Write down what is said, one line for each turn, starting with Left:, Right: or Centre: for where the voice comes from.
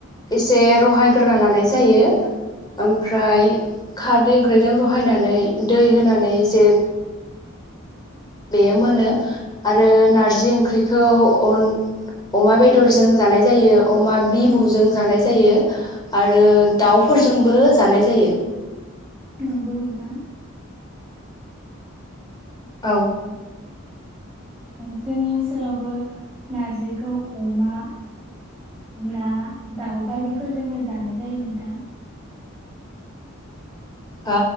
Left: एसे रहायग्रोना लानाय जायो ओमफ्राय खारदै ओंख्रिजों रहायनानै दै होनानै एसे बेयो मोनो आरो नारजि ओंख्रिखौ अन अमा बेदरजों जानाय जायो अमा बिबुजों जानाय जायो आरो दाउफोरजोंबो जानाय जायो
Centre: नंगौ नोंथां
Left: औ
Centre: जोंनि ओनसोलावबो नारजिखौ अमा ना दाउ बायदिफोरजोंनो जानाय जायो नोंथां
Left: हो?